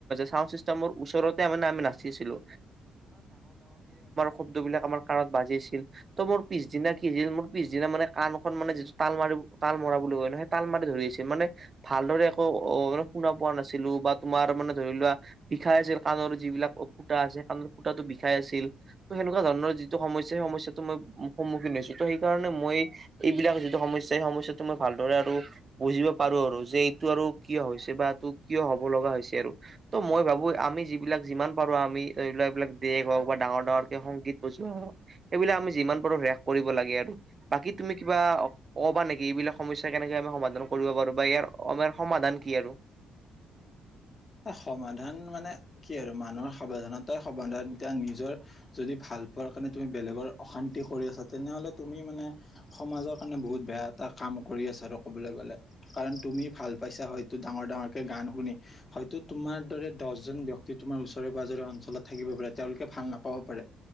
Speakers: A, on the right; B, on the left.
A: চাউণ্ড চিষ্টেমৰ ওচৰতে মানে আমি নাচি আছিলো। শব্দবিলাক আমাৰ কাণত বাজি আছিল। ত' মোৰ পিছদিনা কি মোৰ পিছদিনা মানে কাণখন মানে যিটো তাল মাৰ তাল মৰা বুলি হয় ন। তাল মাৰি ধৰি আছিল মানে ভালদৰে একো অন শুনা পোৱা নাছিলো বা তোমাৰ মানে ধৰি লোৱা। বিষাই আছিল কাণৰ যিবিলাক ফুটা আছে কাণৰ ফুতটো বিষাই আছিল। ত সেনেকুৱা ধৰণৰ যিটো সমস্যা সেই সমস্যাটো মই সন্মুখীন হৈছো ত সেইকাৰণে মই। এইবিলাকৰ যিটো সমস্যয়া সেই সমস্যাটো টো মই ভালদৰে আৰু। বুজিব পাৰো আৰু যে এইটো আৰু ক হৈছে বা এইটো কিয় হব লগা হৈছে আৰু। ত' মই ভাবো আমি যিবিলাক যিমান পাৰো আমি এইবিলাক এইবিলাক দেশ হওক বা ডাঙৰ ডাঙৰ। সংগীত বজোৱা হ সেইবিলাক আমি যিমান পাৰো হ্ৰাস কৰিব লাগে আৰু বাকী তুমি কিবা। কবা নেকি এইবিলাক সমস্যা কেনেকে আমি সমাধান কৰিব পাৰো বা ইয়াৰ আমাৰ সমাধান কি আৰু।
B: সমাধান মানে কি আৰু মানুহৰ সাৱধানতাই সমাধান এতিয়া নিজৰ। যদি ভাল পোৱাৰ কাৰণে তুমি বেলেগৰ অশান্তি কৰি আছা তেনেহলে তুমি মানে। সমাজৰ কাৰণে বহুত বেয়া এটা কাম কৰি আছে আৰু ক'বলৈ গলে। কাৰণ তুমি ভাল পাইছা হয়তো ডাঙৰ ডাঙৰকে গান শুনি। হয়তো তোমাৰ দৰে দহজন ব্যক্তি তোমাৰ ওচৰে পাজৰে অঞ্চলত থাকিব পাৰে তেওঁলোকে ভাল নাপাব পাৰে।